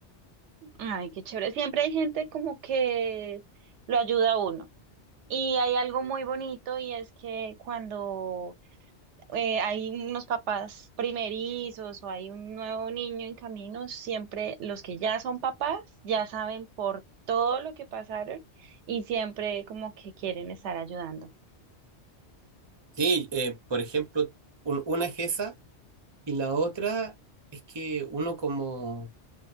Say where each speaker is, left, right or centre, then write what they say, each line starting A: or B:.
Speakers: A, on the right; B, on the right.
A: Ay, qué chévere. Siempre hay gente como que lo ayuda a uno. Y hay algo muy bonito y es que cuando eh, hay unos papás primerizos o hay un nuevo niño en camino, siempre los que ya son papás ya saben por todo lo que pasaron y siempre como que quieren estar ayudando.
B: Sí, eh, por ejemplo, un- una es esa y la otra es que uno como